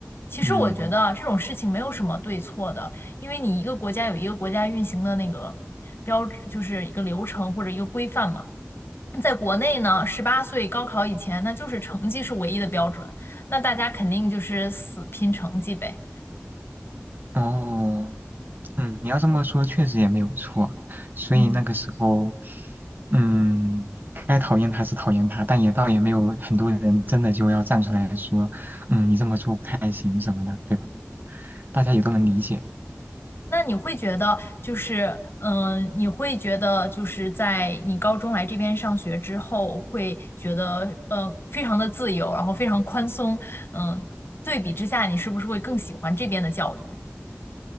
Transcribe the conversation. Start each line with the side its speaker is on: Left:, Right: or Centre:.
Left: 其实我觉得这种事情没有什么对错的，
Right: 嗯，
Left: 因为你一个国家有一个国家运行的那个标志，就是一个流程或者一个规范嘛。在国内呢，十八岁高考以前，那就是成绩是唯一的标准，那大家肯定就是死拼成绩呗。
Right: 嗯哦。嗯，你要这么说，确实也没有错。所以那个时候，
Left: 嗯，
Right: 嗯，该讨厌他是讨厌他，但也倒也没有很多人真的就要站出来说，嗯，你这么做不太行什么的，对吧？大家也都能理解。
Left: 对那你会觉得就是，嗯，你会觉得就是在你高中来这边上学之后，会觉得，呃，非常的自由，然后非常宽松，嗯，对比之下，你是不是会更喜欢这边的教育？